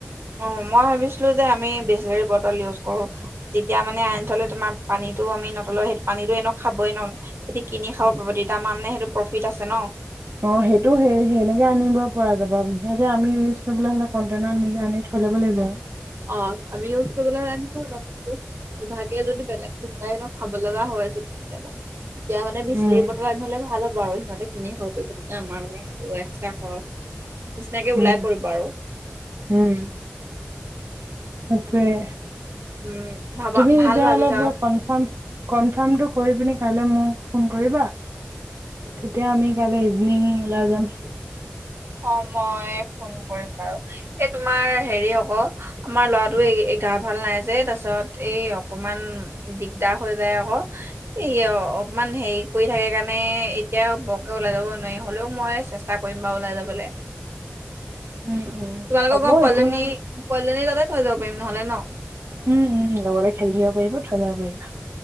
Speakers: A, on the right; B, on the right.
A: অ মই ভাবিছিলো যে আমি বিচলেৰী বটল ইউজ- কৰো তেতিয়া মানে আনি থলে তোমাৰ- পানীটো আমি <unintelligible> পানীতো এনে খাবই ন সেতি কিনি খাব পাব তেতিয়া মানে সেইটো প্ৰফিট আছে ন।
B: অ', সেইটো সেই সেনেকে আনিব পৰা যাব বিশেষকে আমি ইউজ কৰিবলে হ'লে, কণ্টেইনাৰ নিজে আনি থৈ ল'ব লাগিব আৰু।
A: অঁ আমি ইউজ কৰিব হলে আমি ইভাগে জদি বেলেগ- কোনোবাই ন' খাব লগা হৈ আছে, কেতিয়াবা। এতিয়া মানে, বিচলেৰী
B: উম,
A: বটল আনিব হলে ভাল হ'ব আৰু। তহতে তিনিখ <unintelligible> এক্সট্টা <unintelligible> হয়। নিচিনাকে
B: উম,
A: ওলাই পৰিব আৰু।
B: উম, সেইটোৱে <unintelligible>
A: উম ভাবা
B: তুমি তেতিয়া
A: ভাল ভাবিছা
B: হ'লে পোৰা কন, কনফাৰ্মটো কৰি পিনি- <unintelligible> কাইলৈ মোক ফোন কৰিবা, তেতিয়া আমি কাইলৈ ইভিনিং ওলাই যাম। <inaudible>
A: অ মই ফোন কৰিম বাৰু এই তোমাৰ হেৰি আকৌ আমাৰ লৰাটোৱে গা ভাল নাই যে তাৰ পিছত এই অকমান দিগদাৰ হৈ যায় আকৌ এ অকমান হেৰি কৰি থাকে কাৰণে এতিয়া বৰকে ওলাই যাব নোৱাৰি হলেও মই চেষ্টা কৰিম বাও এহ
B: উম, উম।
A: তোমালাক
B: হ'ব
A: ঘৰৰ পোৱালি
B: একো
A: জনী,
B: নাই।
A: পোৱালি জনী কাটে। থৈ যাব পাৰিম নহলে ন।
B: উম উম, লগতে খেলি থাকিব পাৰিব, থৈ যায় পাৰিব।